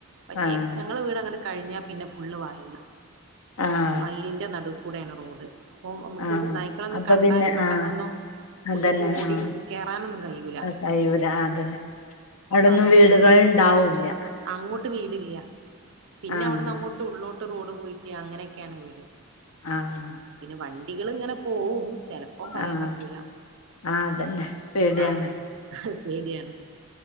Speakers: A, on the right; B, on the left.
A: പക്ഷെ
B: ആഹ്
A: ഞങ്ങള് വീടങ്ങട് കഴിഞ്ഞാ പിന്നെ ഫുള്ള് വയലാ
B: ആഹ്.
A: വയലിൻ്റെ നടൂക്കൂടേണ് റോഡ്. അപ്പൊ അമ്ക്ക്
B: ആഹ്
A: നായ്ക്കളൊന്നും
B: അപ്പൊ
A: കണ്ടാല്
B: പിന്നെ
A: പെട്ടെന്നൊന്നും
B: ആഹ്
A: കുട്ട്യാക്ക്
B: അതന്നെ
A: ഓടി
B: ആഹ്
A: കേറാനൊന്നും കയൂല.
B: കഴിയൂല അതന്നെ അവിടൊന്നും
A: അതോണ്ടൊരു
B: വീടുകൾ
A: പേടി
B: ഇണ്ടാവൂല്ല
A: അങ്ങോട്ട് വീടില്ല പിന്നെ
B: ആഹ്
A: അവിടുന്ന് അങ്ങോട്ട് ഉള്ളിലോട്ട് റോഡ് പോയിട്ട് അങ്ങനെയൊക്കെയാണ് വീട്
B: ആഹ്
A: പിന്നെ വണ്ടികള് ഇങ്ങനെ പോവും ചില ലപ്പം പറയാൻ
B: ആഹ്
A: പറ്റൂല
B: ആഹ് അതന്നെ പേടിയാണ്
A: ആഹ് പേടിയാണ്